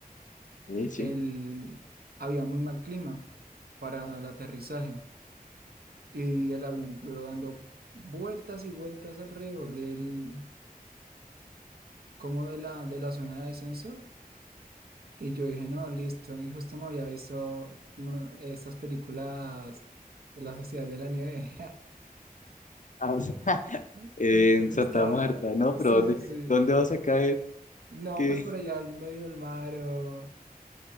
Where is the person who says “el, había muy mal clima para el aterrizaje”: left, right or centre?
Right